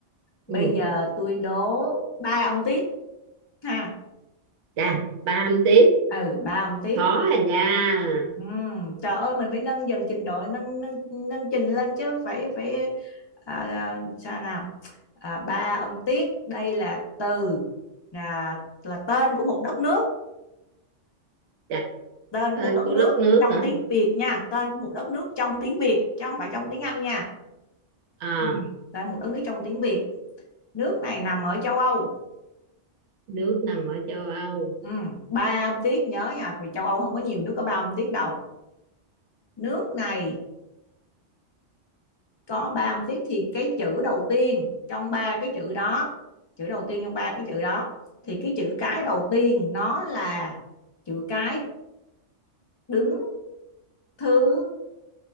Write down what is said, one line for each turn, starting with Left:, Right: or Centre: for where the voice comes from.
Left: bây
Right: ừ
Left: giờ tôi đố ba ông Tiết ha
Right: chà ba âm tiết
Left: ừ ba ông Tiết
Right: khó à nha
Left: Ừm, trời ơi mình phải nâng dần trình độ nâng nâng nâng trình lên chứ phải phải à, à, sao nào à, ba ông Tiết đây là từ là là tên của một đất nước
Right: chà
Left: tên
Right: tên
Left: của một đất
Right: của
Left: nước
Right: đất nước
Left: trong
Right: hả
Left: tiếng Việt nha tên của một đất nước trong tiếng Việt chứ không phải trong tiếng Anh nha
Right: à
Left: Ừ. tên một đất nước trong tiếng Việt nước này nằm ở châu Âu
Right: nước nằm ở châu Âu
Left: ừ. ba âm tiết nhớ nha vì châu Âu không có nhiều nước có ba âm tiết đâu nước này có ba âm tiết thì cái chữ đầu tiên trong ba cái chữ đó chữ đầu tiên trong ba cái chữ đó thì cái chữ cái đầu tiên nó là chữ cái đứng thứ